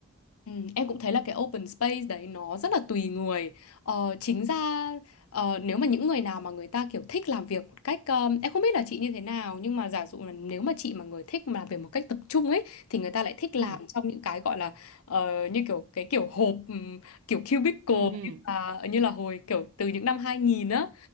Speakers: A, on the left; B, on the right.
A: Ừ, em cũng thấy là cái open space đấy nó rất là tùy người. Ờ, chính ra ờ, nếu mà những người nào mà người ta kiểu thích làm việc một cách um, em không biết là chị như thế nào nhưng mà giả dụ là nếu mà chị mà người thích mà làm việc một cách tập trung ấy thì người ta lại thích làm
B: ừ
A: trong những cái gọi là ờ, như kiểu cái kiểu hộp ừm, kiểu cubicle
B: ừ ừ
A: như là như là hồi kiểu từ những năm 2000 á